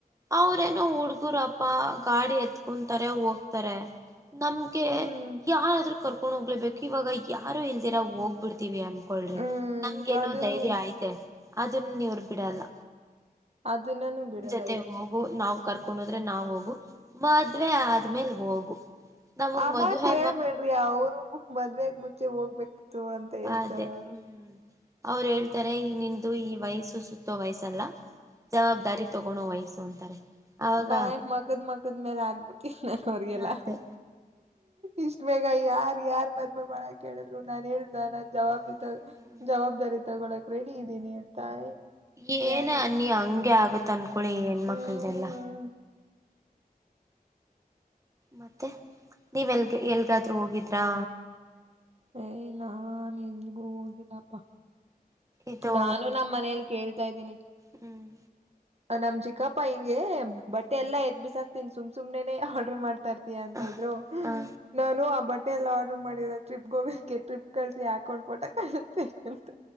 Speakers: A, on the right (about 20°); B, on the right (about 45°).
A: ಅವ್ರೇನೋ ಹುಡ್ಗುರಪ್ಪಾ ಗಾಡಿ ಎತ್ಕೊಂತಾರೆ ಹೋಗ್ತಾರೆ ನಮ್ಗೆ
B: ಹ್ಮ್
A: ಯಾರಾದ್ರರು ಕರ್ಕೊಂಡ್ ಹೋಗ್ಲೇಬೇಕು ಇವಾಗ ಯಾರು ಇಲ್ದಿರಾ ಹೋಗ್ಬಿಡ್ ಅಂತೀವಿ ಅನ್ಕಳ್ರಿ
B: ಹ್ಮ್
A: ನಮ್ಗ ಏನೋ
B: ಅದನು
A: ಧೈರ್ಯ ಆಯ್ತೆ ಅದನ್ ನೀವರ್ ಬಿಡಲ್ಲ
B: ಅದನ್ನಾನೂ ಬಿಡಲ್ಲ
A: ಮತ್ತೆ ಹೋಗು ನಾವ್ ಕರ್ಕೊಂಡ ಹೋದ್ರೆ ನಾವ್ ಹೋಗು ಮದ್ವೆ ಆದ್ಮೇಲ್ ಹೋಗು ನಮಗ್
B: ಆ
A: ಮದುವೆ
B: ಮತ್ೇಳ್ಬೇಡ್ರಿ ಅವರು ಮದ್ಾಗ ಮುಂಚೆ ಹೋಗ್ಬೇಕು ಅಂತ ಹೇಳ್ತಾರ
A: ಅದೇ
B: ಅವರು
A: ಹ್ಮ್ ಅವ್ರು ಹೇಳ್ತಾರೆ ನಿಂದು ಈ ವಯಸ್ಸು ಸುತ್ತೋ ವಯಸ್ಸಲ್ಲ ಜವಾಬ್ದಾರಿ ತಗೊಂಡೋ ವಯಸ್ಸು ಅಂತಾರೆ ಅವಾಗ
B: ಬಾಯ್ ಮಕದ್ ಮಕದ್ ಮೇಲೆ ಆಗ್ಬಿಟ್ಟಿಲ್ಲ ನನ್ ಅವ್ರಗೆಲ್ಲ
A: ಅದೇ
B: ಇಷ್ಟ ಮೇಗ ಯಾರ್ ಯಾರ್ ಮದ್ೆ ಮಾಡಳ ಕೇಳಿದ್ರು ನಾನ್ ಹೇಳ ನಾನ್ ಜವಾಬ್ದಿ
A: ಹ್ಮ್
B: ತ ಜವಾಬ್ದಾರಿ ತಗೊಳಕ್ ರೆಡಿ ಇದ್ದೀನಿ ಅಂತ ಇವ್ರ
A: ಏನ
B: ಯಾರ್ ಇವ್ರು
A: ಅನ್ನಿ ಹಂಗೆ ಆಗತ್ ಅನ್ಕೊಳಿ ಹೆಣ್ಮಕ್ಳದೆಲ್ಲಾ
B: ಹ್ಮ್
A: ಮತ್ತೆ ನೀವೆಲ್ಗೆ ಎಲ್ಗಾದ್ೂ ಹೋಗಿದ್ರಾ
B: ಏಯ ನಾ ಎಲ್ಗೂ ಹೋಗಿಲ್ಲಪ್ಪಾ
A: ಇದು
B: ನಾನು ನಮ್ಮ ಮನೇೆಯಲ್ಲಿ ಕೇಳ್ತಾ ಇದ್ದೀನಿ
A: ಹ್ಮ್
B: ನಮ್ ಚಿಕಪ್ಪ ಹಿಂಗೆ ಬಟ್ೆ
A: ಹ್ಮ್
B: ಎಲ್ಲ ಎದ್ ಬಿಸಾಕ್ತೀನಿ ಸುಮ್ ಸು್ನೆ ಆರ್ಡ್ರರ್ ಮಾಡ್ತಾರ್ ಅಂತ
A: ಹ
B: ಇದ್ರು
A: ಹ
B: ನಾನು ಆ ಬಟ್ಟೆ ಎಲ್ಲ ಆರ್ಡರ್ ಮಾಡಿರ ಟ್ರಿಪ್ಗೆ ಹೋಗ್ೆ ಟ್ರಿಪ್ ಕಳಸ ಹಾಕೊಂಡ್ ಪೋಟ ಕಾಣುತ್ತೇ ಅಂತ